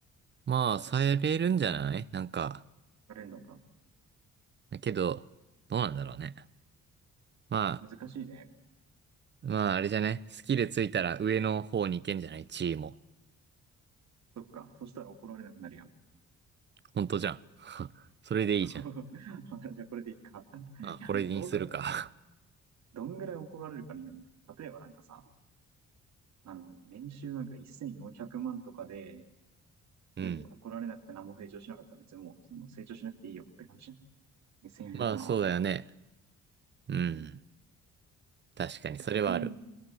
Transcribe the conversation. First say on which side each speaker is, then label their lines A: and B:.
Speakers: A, on the right (about 35°); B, on the right (about 65°).
A: まあ、
B: ことじゃない
A: されるんじゃないなんか。
B: されるのか。
A: だけど、どうなんだろうね。ま
B: 難しいね。
A: あ、まあ、あれじゃね。スキルついたら上の方に行けんじゃない地位も。
B: そっか。そしたら怒られなくなるやん。
A: ほんとじゃん。<laughs> それでいいじゃん。
B: <laughs> あじゃあこれでいいか。<laughs> いや、
A: まあ、これにするか。
B: でもどうだろう。どんぐらい怒られるかによらな例えばなんかさ、あの、年収なんか1400万とかで、
A: <laughs> うん。
B: で、怒られなくて何も成長しなかったら別にもう、その成長しなくていいよって感じじゃん。1400万あったら。
A: まあ、そうだよね。うん。
B: うん
A: 確かに、それはある。
B: 逆に